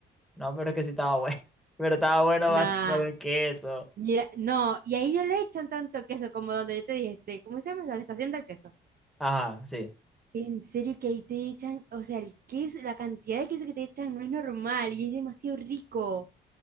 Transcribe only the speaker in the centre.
No, pero es que sí estaba bueno. <laughs> Pero estaba bueno
más por el queso.
Ajá, sí.